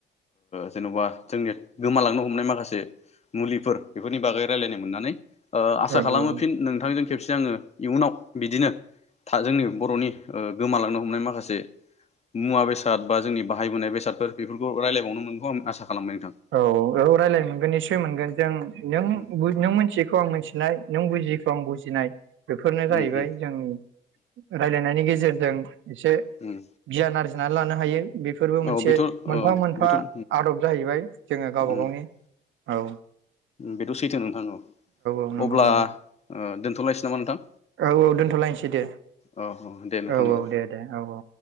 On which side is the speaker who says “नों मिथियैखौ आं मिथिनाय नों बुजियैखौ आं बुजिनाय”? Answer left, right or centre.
Right